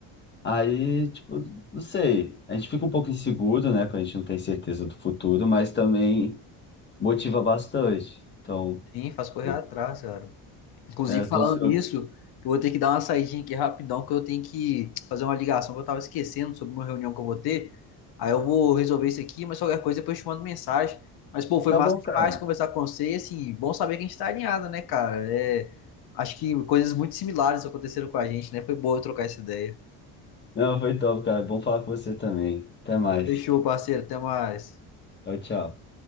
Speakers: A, on the left; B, on the left.
A: Aí, tipo, não sei, a gente fica um pouco inseguro, né, quando a gente não tem certeza do futuro, mas também motiva bastante. Então,
B: Sim, faz correr
A: tipo,
B: atrás, cara. Inclusive,
A: é, eu
B: falando
A: tô ansioso.
B: nisso, eu vou ter que dar uma saidinha aqui rapidão, que eu tenho que fazer uma ligação que eu tava esquecendo sobre uma reunião que eu vou ter. Aí eu vou resolver isso aqui, mas qualquer coisa depois eu te mando mensagem. Mas, pô, foi
A: Tá
B: massa
A: bom,
B: demais
A: cara.
B: conversar com você e, assim, bom saber que a gente tá alinhado, né, cara? É, acho que coisas muito similares aconteceram com a gente, né? Foi boa eu trocar essa ideia.
A: Não, foi top, cara. Bom falar com você também. Até mais.
B: Então, Fechou, parceiro. Até mais.
A: Tchau, tchau.